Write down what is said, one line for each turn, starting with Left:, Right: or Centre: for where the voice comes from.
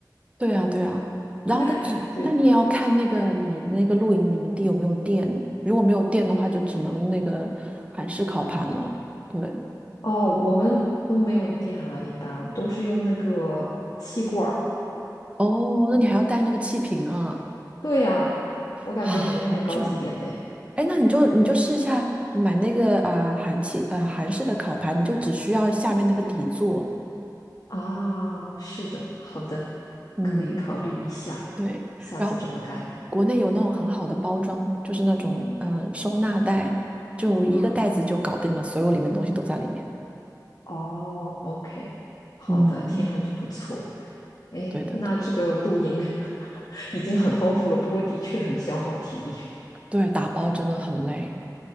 Right: 对啊，对啊。然后但 <clears throat>
Left: <laughs> 对，
Right: 但你也要看那个你那个露营的营地有没有电，如果没有电的话，就只能那个韩式烤盘了。对，
Left: 哦，我们都没有电啊，一般都是用那个气罐儿。
Right: 哦，那你还要带那个气瓶啊，
Left: 对呀，我感觉你们那边高级一点的诶
Right: 啊，好重。哎，那你就你就试一下买那个啊、呃韩气呃韩式的烤盘，你就只需要下面那个底座。
Left: 啊，是的，好的，
Right: 嗯。
Left: 可以考虑一下，
Right: 对，
Left: 下次这么干。
Right: 然后国内有那种很好的包装，就是那种嗯收纳袋，就一个袋子就搞定了，
Left: 嗯，
Right: 所有里面东西都在里面。
Left: 哦，OK，好的，
Right: 嗯，
Left: 听上去不错。哎，
Right: 对的，
Left: 那这个露营
Right: 对的，
Left: <laughs> 已经很丰富了，不过的确很消耗体力。
Right: 对，打包真的很累。